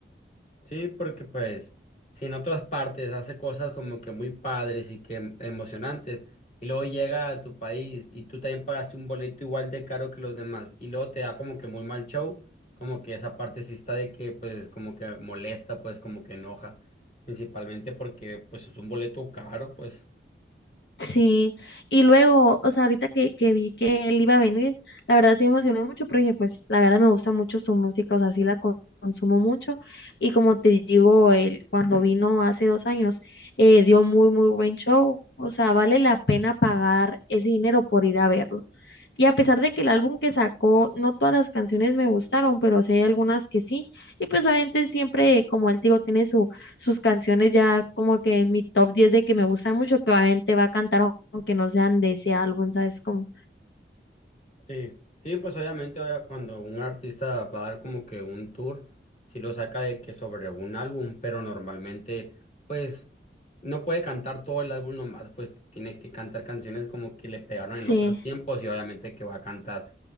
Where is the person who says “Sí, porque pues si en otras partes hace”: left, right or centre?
Left